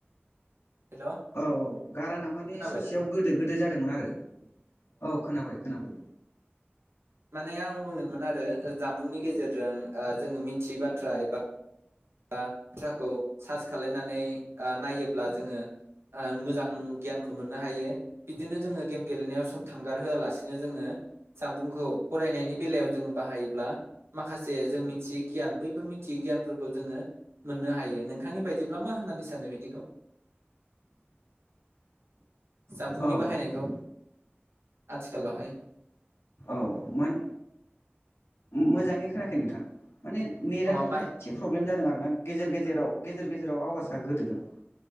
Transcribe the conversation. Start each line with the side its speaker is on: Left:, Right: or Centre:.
Right: हेल'
Left: औ औ गाराङा माने
Right: खोनाबाय
Left: ससेयाव
Right: दा
Left: गोदो गोदो जादोंमोन आरो औ खोनाबाय खोनाबाय।
Right: माने आं बुंदोंमोन आरो जामबुंनि गेजेरजों ओ जोङो मिथियै बाथ्रा एबा बा थ्राखौ सार्च खालायनानै ओ नायोब्ला जोङो ओ मोजां गियानखौ मोननो हायो बिदिनो जोङो गेम गेलेनायाव सम थांगार होआलासिनो जोङो जामबुंखौ फरायनायनि बेलायाव जोङो बाहायोब्ला माखासे जों मिथियै गियान बैफोर मिथियै गियानफोरखौ जोङो मोननो हायो नोंथांनि बायदिब्ला मा होननानै सानो बिदिखौ <inaudible> जामबुंनि
Left: औ
Right: बाहायनायखौ
Left: औ
Right: आथिखालावहाय
Left: अह मोन मोजाङै खोनायाखै नोंथां माने नेटआ
Right: अ
Left: नोंना
Right: मा
Left: एडसे प्रब्लेम जादों आरो ना गेजेर गेजेराव गेजेर गेजेराव आवाजा गोदोदों